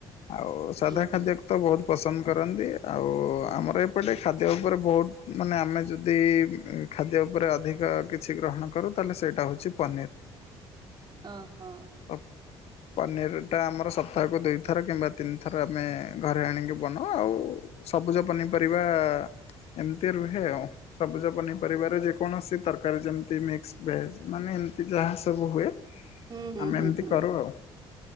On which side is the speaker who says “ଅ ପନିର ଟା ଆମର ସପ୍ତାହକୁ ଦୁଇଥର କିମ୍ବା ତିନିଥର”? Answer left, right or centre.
Left